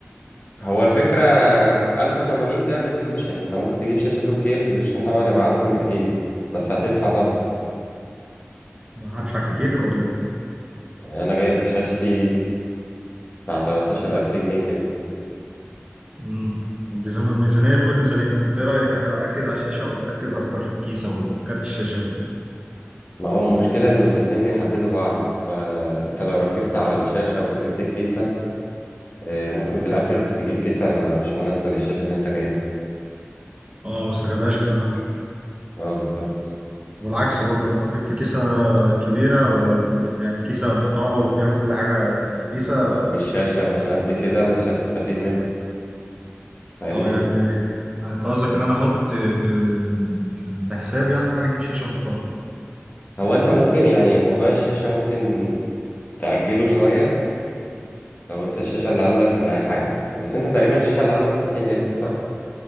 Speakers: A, on the left (about 40°); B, on the right (about 20°).
A: هو الفكرة 1080 ده الريزولوشن انت ممكن تجيب شاشة 2K الريزولوشن طبعا يبقى أحسن بكتير بس هتدفع طبعا
B: هدفع كتير ولا ايه
A: يعني أنا جايب شاشتي بتاع 13000 جنيه كده
B: امم الديزاين- الميزانيه فوق الميزانيه انت ايه رايك يعني اركز على الشاشه ولا اركز اكتر في الكيسه وكارت الشاشه وكده
A: ما هو المشكلة إنه الاتنين بيحددوا بعض فأنت لو ركزت على الشاشة وسبت الكيسة آه، ممكن في الآخر تجيب كيسة ما مش مناسبة للشاشة اللي أنت جايبها
B: اه ما استغلهاش كلها
A: اه بالظبط
B: والعكس برضه يعني لو جبت كيسه كبيره او أو قصدي يعني كيسه محترمه وفيها كل حاجه حديثه
A: والشاشة مش قد كده مش هتستفيد منها فاهمني
B: اه يعني يعني انت قصدك ان انا احط آه، في في حساب يعني ان انا اجيب شاشه محترمه
A: هو أنت ممكن يعني موضوع الشاشة ممكن تأجله شوية لو انت الشاشة اللي عندك مريحاك بس انت تقريبا الشاشة اللي عندك 60 هرتز صح؟